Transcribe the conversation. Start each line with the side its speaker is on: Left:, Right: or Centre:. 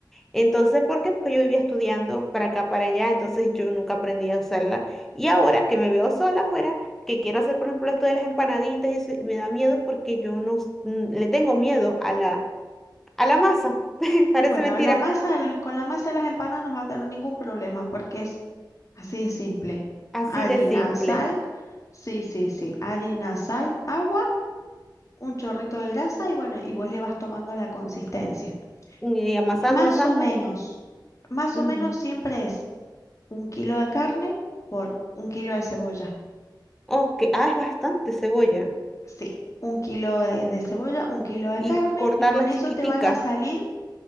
Centre: Entonces, ¿por qué? Porque yo vivía estudiando para acá, para allá, entonces yo nunca aprendí a usarla. Y ahora que me veo sola afuera, que quiero hacer, por ejemplo, esto de las empanaditas y eso, y me da miedo porque yo no s- n- le tengo miedo a la, a la masa. <laughs> Parece
Left: Bueno,
Centre: mentira,
Left: la masa, de las- con la masa de las empanadas no vas a tener ningún problema porque es así de simple.
Centre: así
Left: Harina,
Centre: de simple.
Left: sal. Sí, sí, sí. Harina, sal, agua. un chorrito de grasa y bueno, y vos le vas tomando la consistencia.
Centre: Y amasando,
Left: Y más
Centre: amasando.
Left: o menos, más
Centre: ujú.
Left: o menos siempre es un kilo de carne por un kilo de cebolla.
Centre: Ok, ah, es bastante cebolla.
Left: Sí, un kilo de, de cebolla, un kilo de
Centre: Y
Left: carne
Centre: cortarla
Left: y con
Centre: chiquitica.
Left: eso te van a salir,